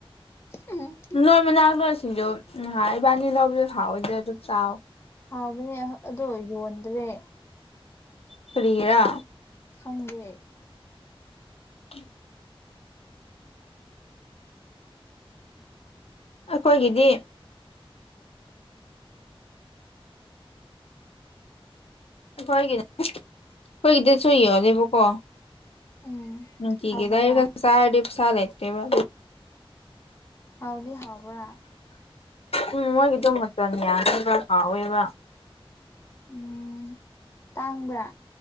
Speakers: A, on the left (about 25°); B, on the left (about 80°).
A: ꯎꯝ
B: ꯅꯣꯏ ꯃꯅꯥꯛꯇꯣ ꯁꯤꯁꯨ ꯉꯍ ꯏꯕꯥꯅꯤ ꯂꯧꯕꯗ ꯍꯥꯎꯑꯣꯏꯗ꯭ꯔꯦ ꯑꯗꯨꯝ ꯆꯥꯎꯥꯎꯑꯣ
A: ꯍꯥꯎꯕꯅꯦ ꯑꯗꯣ ꯌꯣꯟꯗ꯭ꯔꯦ
B: ꯐꯔꯤꯔ
A: ꯦ
B: ꯎꯝ ꯑꯩꯈꯣꯏꯒꯤꯗꯤ ꯍꯣꯏꯒꯤ ꯑꯩꯈꯣꯏꯒꯤꯗ ꯁꯣꯏ ꯌꯣꯅꯦꯕꯀꯣ
A: ꯎꯝ
B: ꯅꯨꯡ ꯀ
A: ꯍꯥꯎꯗꯕ꯭ꯔꯥ
B: ꯀꯦ ꯇꯔ ꯀ ꯆ ꯄꯁꯥꯂꯦꯇꯦꯕ
A: ꯍꯥꯎꯒꯦ ꯍꯥꯎꯕ
B: ꯎꯝ ꯃꯣꯏꯒꯤꯗꯣ ꯃꯇꯝ ꯌꯥꯕ ꯂꯥꯎꯋꯦꯕ
A: ꯎꯝ ꯇꯥꯡꯕ꯭ꯔꯥ